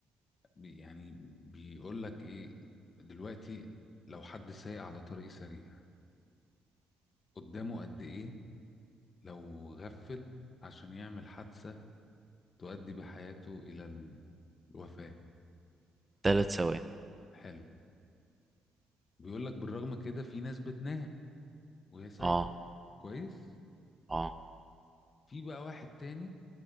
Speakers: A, on the left; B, on the right.
A: بي- يعني بيقول لك ايه دلوقتي لو حد سايق على طريق سريع قدامه قد ايه لو غفل عشان يعمل حادثه تؤدي بحياته الى ال- الوفاه
B: ثلاث ثواني
A: حلو بيقول لك بالرغم كده في ناس بتنام وهي سايقه
B: اه
A: كويس
B: اه
A: في بقى واحد تاني